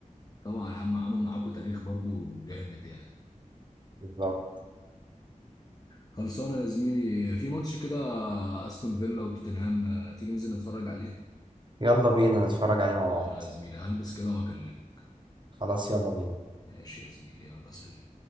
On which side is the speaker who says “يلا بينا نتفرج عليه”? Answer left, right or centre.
Right